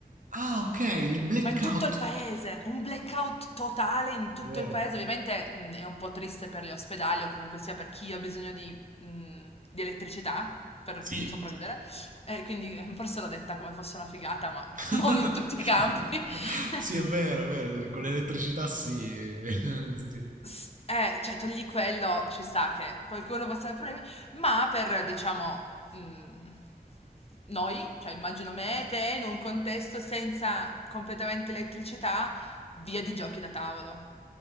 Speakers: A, on the right (about 55°); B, on the left (about 40°).
A: ah, ok, il blackout.
B: ma in tutto il paese, un blackout totale in tutto
A: Wow.
B: il paese. Ovviamente, mhmm, è un po' triste per gli ospedali o comunque sia per chi ha bisogno di mhmm, di elettricità per
A: Sì.
B: sopravvivere, e quindi eh, forse l'ho detta come fosse una figata, ma
A: <laughs>
B: <laughs> non in tutti i campi. <laughs>
A: sì, è vero, è vero, sì, con l'elettricità sì. <laughs> sì, sì.
B: S eh, cioè togli quello, ci sta che qualcuno possa aver problemi, ma per, diciamo, mhmm, noi, cioè immagino me e te, in un contesto senza completamente elettricità, via di giochi da tavolo.